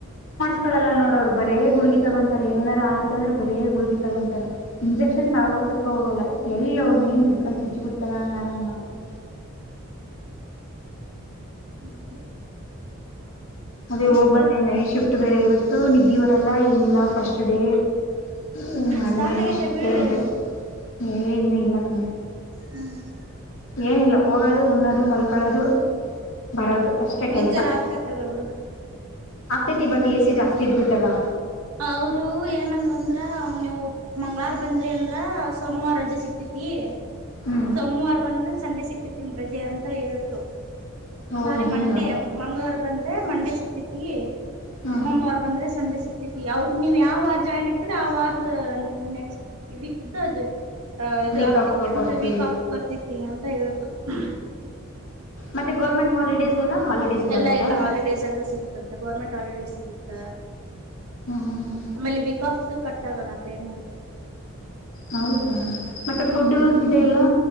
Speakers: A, on the left (about 65°); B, on the right (about 85°).
A: ಮಕ್ಕಳೆಲ್ಲ ನೋಡ ಅವರ ಬರೇ ಗುಳಗಿ ತಗೊಂತಾರ ಏನಾರ ಆಯತ ಅಂದ್ರೆ ಬರೇ ಗುಳಗಿ ತಗೊಂತಾರ ಇಂಜೆಕ್ಷನ್ ಸವಾಸಕ್ಕ ಹೋಗಲ್ಲಾ. ಎಲ್ಲಿ ಅವರ್ ಎನ್ ಇಡ್ಕೊಂಡು ಚುಚ್ಚಿ ಬಿಡ್ತಾರಾ ಅಣ್ಣಾರಂಗ್ ಮಾಡ <inaudible>
B: <inaudible>
A: ಅದೇ
B: ಮತ್ತೆ
A: ಹೋಗ್ ಬಂದೆ ನೈಟ್ ಶಿಫ್ ಬೇರೆ ಇವತ್ತು ನಿದ್ದಿ ಬರಲ್ಲಾ ಏನಿಲ್ಲಾ ಫಸ್ಟ್ ಡೇ ಹ್ಮ ಮಾಡಣಷಂತ
B: ಸ್ಟಾರ್ಟ್ ಆಗೈತೆ ಬಿಲ್ಡ್
A: ಏ ಇನ್ನು ಇಲ್ಲಾ ಹ್ಮ್
B: ಹ್ಮ್
A: ಏನಿಲ್ಲಾ ಒಗೋದು ಉಣ್ಣೋದು ಮಲ್ಕೊಳ್ಳೋದು ಬರೋದು ಅಷ್ಟೇ ಕೆಲ್ಸ
B: ನಿದ್ದೆರ ಆಗ್ತೈತಲ್ಲ ಬಿಡು
A: ಆಗ್ತೇತಿ ಬಟ್ ಎಸಿ ಜಾಸ್ ಯಬ್ಬಿತ್ತಲ್ಲಾ.
B: ಅವರು ಏನಂದ್ರಂದ್ರ ಅವ ನೀವು ಮಂಗಳಾರ ಬಂದ್ರಿ ಅಂದ್ರ ಸೋಮವಾರ ಅ ಸಿಗ್ತತಿ
A: ಹ್ಞೂ
B: ಸೋಮವಾರ ಬಂದ ಸಂಡೆ ಸಿಕ್ ಇವತ್ ನಿಮ್ ರಜೆ ಅಂತ ಹೇಳ್ತು.
A: ಓ
B: ಸ್ವಾರಿ
A: ಹಿಂಗಾ
B: ಮಂಡೇ ಮಂಗಳವಾರ ಬಂದ್ರೆ ಮಂಡೆ ಸಿ ತಿತಿ
A: ಹ್ಞೂ
B: ಸೋಮವಾರ ಬಂದ್ರೆ ಸಂಡೆ ಸಿಕ್ಕ ಅವರ ನೀವ್ ಯಾವ ವಾರ ಜಾಯ್ನ್ ಆಗ್ತರಿ ಆ ವಾರದ ನೆಕ್ಸ್ಟ್ ವಿಕ್ ದಜ. ತ ಇದು
A: ವೀಕ್
B: ಆಗ್ತತಿ
A: ಆಫ್
B: ಎಂತ
A: ಕೊಡ್ತೀವಿ
B: ವೀಕ್ ಆಫ್ ಬರ್ತತಿ ಅಂತ ಹೇ <inaudible>
A: ಮತ್ತೆ ಗೌರ್ಮೆಂಟ್ ಹಾಲಿಡೇಸ್ ಎಲ್ಲಾ ಹಾಲಿಡೇಸ್. ಇದಾವಂತ
B: ಎಲ್ಲಾ ಎಲ್ಲಾ
A: ಹ್ಞೂ
B: ಹಾಲಿಡೇಸ್ ಎಲ್ಲಾ ಸಿಗುತ್ತಂತೆ ಗೌರ್ಮೆಂಟ್ ಹಾಲಿಡೇ ಸಿಗುತ್ತ
A: ಹ್ಞೂ ಹ್ಞೂ
B: ಆಮೇಲೆ ವಿಕ ಆಫ್ ತ್ತು ಕಟ್ಟಾಗಲ್ಲಾ ಪೇಮೆಂಟು.
A: ಹೌದಾ ಮತ್ತೆ ಫುಡ್ದು ಗಿಡ್ಡು ಎಲ್ಲಾ.